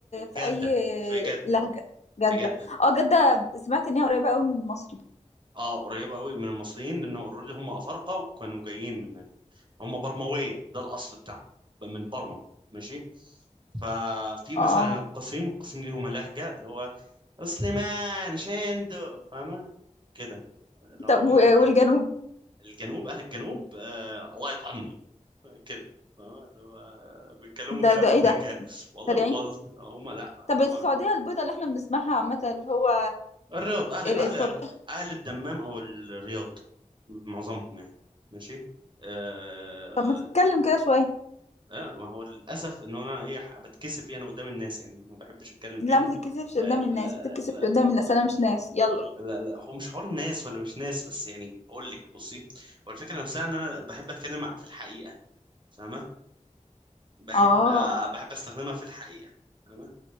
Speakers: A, on the left; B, on the right.
A: في
B: جده
A: أي
B: في جده
A: لهجة جدة
B: في جده
A: اه جدة سمعت إن هي قريبة أوي من المصري
B: اه قريبة قوي من المصريين لأنه اوريدي هم أفارقة وكانوا جايين من ال... هم برموية ده الأصل بتاعهم من برما ماشي ففي مثلا
A: اه
B: القصيم القصيم ليهم لهجة اللي هو سليمان شندو فاهمة كده لو
A: طب
B: هم
A: و-
B: كده
A: والجنوب
B: الجنوب أهل الجنوب آه الله يطعني كده فاهمة اللي هو بيتكلموا
A: ده
B: كده
A: ده ايه ده
B: بذكاء والله
A: سريعين
B: ما باظ هم لا هم
A: طب السعودية البيضة اللي احنا بنسمعها عامة اللي هو
B: الرياض اهل
A: ال-
B: اهل
A: الطبيعي
B: اهل الدمام او الرياض معظمهم يعني ماشي آه
A: طب ما تتكلم كده شوية
B: آه ما هو للاسف ان انا ايه ح- بتكسف يعني قدام الناس يعني ما بحبش اتكلم
A: لا
B: بيها
A: ما تتكسفش قدام
B: آه
A: الناس
B: لا
A: ما تتكسفش
B: لا
A: قدام
B: لا
A: الناس أنا مش ناس يلا
B: لا لا هو مش حوار ناس ولا مش ناس بس يعني اقول لك بصي هو الفكره نفسها ان انا بحب اتكلم ع- في الحقيقه فاهمه بحب
A: اه
B: آه بحب استخدمها في الحقيقه فاهمه